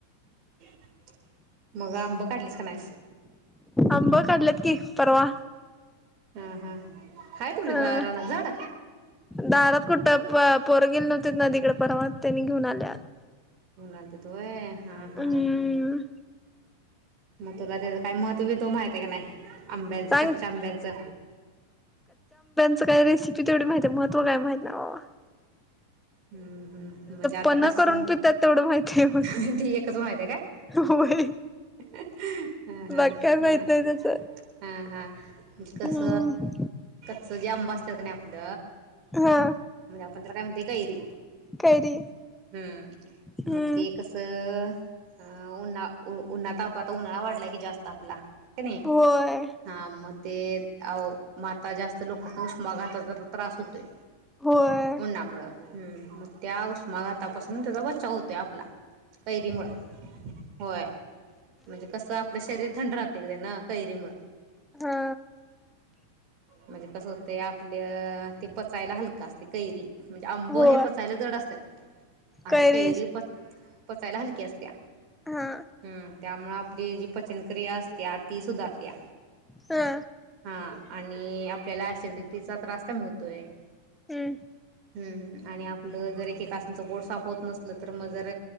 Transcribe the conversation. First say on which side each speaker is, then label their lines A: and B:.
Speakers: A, on the right; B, in the centre.
A: <inaudible> मग आंब काढलीस का नाहीस.
B: आंब काढलेत की, परवा.
A: हा, हा. हाय तुमच्या
B: हा
A: जा रानात झाड?
B: दारात कुठं प पोरं गेले नव्हती नदीकडे परवा, त्यांनी घेऊन आल्यात.
A: म्हणालतीत वय. हा, हा.
B: हम्म
A: मग तुला त्याज काय महत्व बित्व माहितय का नाही. आंब्यांचं
B: सांग
A: कच्च्या आंब्यांचं.
B: च काय रेसिपी तेवढी माहितीे, महत्व काय माहित नाहीं बावा.
A: हम्म हम्म म्हणजे आता
B: पन्ह
A: कस
B: करून
A: हह
B: पितात तेवढं माहितीय मग
A: ते एकच माहिती काय
B: होय
A: ह, ह,
B: बाकी काय माहित
A: नाही
B: त्याच
A: ह, ह, कस.
B: हम्म
A: सगळी आंब असत्यात कणी आप आपल
B: हा
A: म्हणजे आपण त्याला काय म्हणतोय. कैरी
B: कैरी
A: हम्
B: हम्म
A: मग ते कस अं उन्हा उन्हात तापला उन्हाळा वाढलाय की जास्त आपला का नई
B: होय
A: हा मग. ते आओ माता जास्त लोक उष्माघाताचा जात त्रास होतोय.
B: होय
A: उन्हामुळ हम् मग त्या उष्माघातापासून त्याचा बचाव होतोय आपला कैरी मूळ होय म्हणजे कस आपलं शरीर थंड राहते. <unintelligible> काैरी मुळ.
B: हा.
A: म्हणजे कसं होतं आपलं ते पचायला हलक असते कैरी. आंब
B: होय
A: हे पचायला जड असत्यात आणि
B: कैरीस
A: कैरी पच पचायला हलक्या असतिया
B: हा
A: हम् त्यामुळ आपली जी पचनक्रिया असत्या ती सुधारत्या
B: हा
A: हा आणि आपल्याला ऍसिडिटी चा त्रास कमी होतोय.
B: हम्म
A: हम् हम्म आणि आपलं जर ऐक एकाच पोट साफ होत नसलं तर मग जर